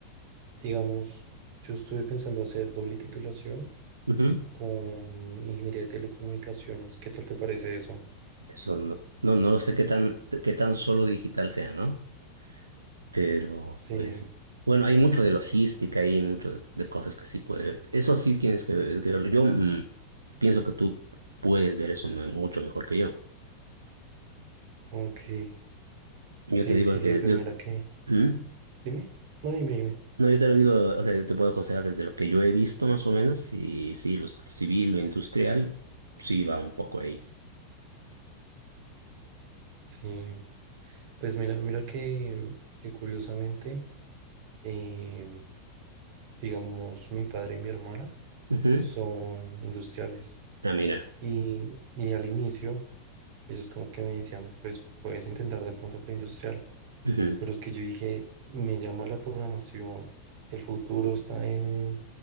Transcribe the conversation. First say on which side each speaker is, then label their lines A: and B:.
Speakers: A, on the right; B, on the right.
A: Digamos, yo estuve pensando hacer doble titulación
B: Ujú.
A: con ingeniería de telecomunicaciones. ¿Qué tal te parece eso?
B: Eso no, no, no lo sé qué tan, qué tan solo digital sea, ¿no? Pero
A: Sí,
B: pues, bueno, hay mucho de logística, hay mucho de, de cosas que sí puede ver. Eso sí tienes que, ver- que verlo. Yo mm, pienso que tú puedes ver eso me- mucho mejor que yo.
A: ok.
B: Yo
A: Sí,
B: te digo,
A: sí,
B: desde-
A: sí, pues
B: yo,
A: mira que.
B: ¿Mm?
A: Dime. No, dime, dime.
B: No, yo te lo digo, o sea, yo te puedo aconsejar desde lo que yo he visto más o menos, y sí, lo, lo civil, lo industrial, sí va un poco ahí.
A: Sí, pues mira, mira que, que curiosamente, eh, digamos, mi padre y mi hermana
B: Ujú.
A: son industriales.
B: Ah, mira.
A: Y, y al inicio, ellos como que me decían, pues puedes intentar de pronto preindustrial.
B: Ujú,
A: Pero es que yo dije, me llama la programación, el futuro está en,